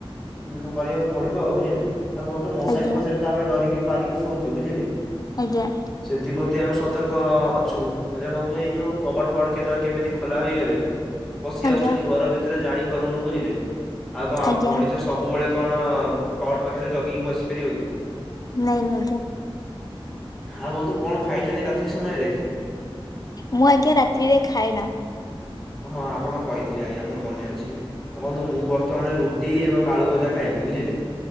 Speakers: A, in the centre; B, on the left.
A: ଉଁ କରିବାକୁ ପଡିବ ଆଉ ବୁଝିଲେ। ଆଉ କୁହନ୍ତୁ ମଶାରି
B: ଆଜ୍ଞା
A: ଫସାରି ତ ଆମେ ଡରିକି ପାରିକି ଶୋଉଚୁ ବୁଝିଲେ।
B: ଆଜ୍ଞା।
A: ସେଥିପ୍ରତି ଆମେ ସତର୍କ ଅ ଅଛୁ। ଏବେ ବନ୍ଧୁ ଏଇ ଯୋଉ କବାଟ ଫବାଟ କେତେବେଳେ କେମିତି ଖୋଲା ହେଇଗଲେ ପଶି
B: ଆଜ୍ଞା
A: ଆସୁଛନ୍ତି
B: ଆଜ୍ଞା
A: ଘର ଭିତରେ ଜାଣି ପାରୁନୁ ବୁଝିଲେ। ଆଉ କଣ
B: ଆଜ୍ଞା
A: ମଣିଷ ସବୁବେଳେ କଣ କ କବାଟ ପାଖରେ ଜଗିିକି ବସି ପାରିବ କି।
B: ନାଇଁ ଆଜ୍ଞା।
A: ହଁ ବନ୍ଧୁ କଣ ଖାଇଚନ୍ତି ରାତ୍ରି ସମୟରେ।
B: ମୁଁ ଆଜ୍ଞା ରାତ୍ରିରେ ଖାଏ ନା।
A: ହଁ ଆପଣ କହିଥିଲେ ଆଜ୍ଞା ମୋର ମନେ ଅଛି ଆଉ ବନ୍ଧୁ ମୁଁ ବର୍ତ୍ତ ବର୍ତ୍ତମାନ୍ ରୁଟି ଏବଂ ଆଳୁ ଭଜା ଖାଇବି ବୁଝିଲେ।